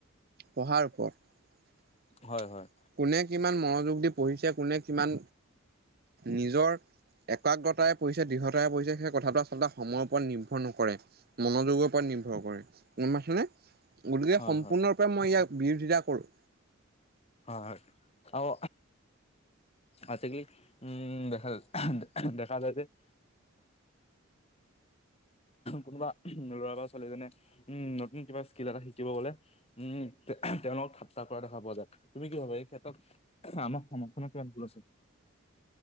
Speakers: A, on the right; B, on the left.
A: পঢ়াৰ ওপৰত। <inaudible>
B: হয় হয়
A: কোনে কিমান মনোযোগ দি পঢ়িছে, কোনে কিমান নিজৰ একাগ্ৰতাৰে পৰিছে, দৃঢ়তাৰে পৰিছে সেই কথাটো আচলতে সময়ৰ ওপৰত নিৰ্ভৰ নকৰে। মনোযোগৰ পৰা নিৰ্ভৰ কৰে। গম পাইছানে? গতিকে'
B: হয়
A: সম্পূৰ্ণ
B: হয়
A: পৰা মই ইয়াক বিৰোধিতা কৰোঁ।
B: হয় হয় আও আছে কি উম দেখা দেখা যায় যে - কোনোবা ল'ৰা বা ছোৱালীজনে উম নতুন কিবা স্কিল এটা শিকিব গলে- উম তেওঁলক ঠাট্টা কৰা দেখা পোৱা যায়, তুমি কি ভাবা এই ক্ষেত্ৰত- <unintelligible>